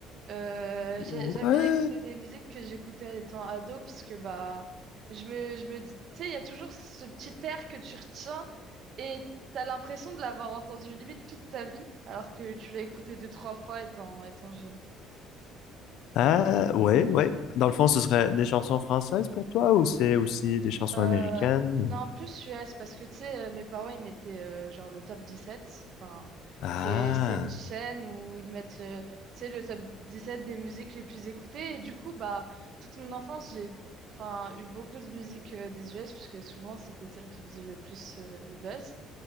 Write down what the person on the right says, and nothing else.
Euh,
j'ai- j'aime bien écouter des musiques que j'écoutais étant ado, parce que, bah, je me, je me dis, tu sais, il y a toujours ce petit air que tu retiens et t'as l'impression de l'avoir entendu limite toute ta vie, alors que tu l'as écouté deux, trois fois étant, étant jeune.
Euh,
non,
plus US, parce que tu sais, euh, mes parents, ils mettaient euh, genre le top dix sept Enfin,
c'est, c'est une chaîne où ils mettent euh, tu sais, le top 17 des musiques les plus écoutées. Et du coup, bah, toute mon enfance, j'ai enfin, eu beaucoup de musique euh, des US, puisque souvent, c'était celle qui faisait le plus euh, le buzz.